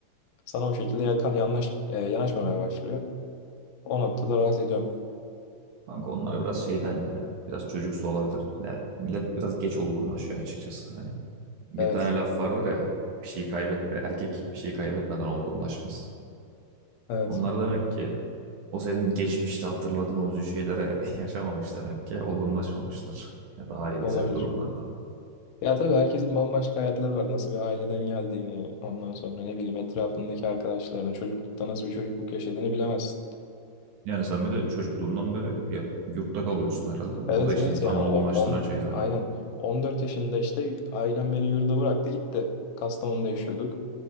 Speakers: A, on the left; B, on the right.
A: sana o şekilde yakan yanlaş, e, yanaşmamaya başlıyor. O noktada rahat ediyorum.
B: Kanka onlar biraz şeyden ya. Biraz çocuksu olabilir. Yani millet biraz geç olgunlaşıyor açıkçası. Hani Bir
A: Evet,
B: tane laf vardır ya bir şeyi kaybetme erkek bir şeyi kaybetmeden olgunlaşmaz.
A: evet
B: Onlar demek ki o senin geçmişte hatırladığın o üzücü şeyleri <laughs> yaşamamış demek ki olgunlaşmamışlar ya da ailesel
A: olabilir.
B: durumlardan.
A: Ya tabii herkesin bambaşka hayatları var. Nasıl bir aileden geldiğini, ondan sonra ne bileyim etrafındaki arkadaşlarının çocuklukta nasıl bir çocukluk yaşadığını bilemezsin.
B: Yani sen bir de çocukluğundan beri ya- yurtta kalıyorsun herhalde.
A: Evet
B: O da işte
A: evet
B: insanı
A: yani o
B: olgunlaştıran
A: 10
B: şeylerden.
A: aynen 14 yaşında işte ailem beni yurda bıraktı gitti. Kastamonu'da yaşıyorduk.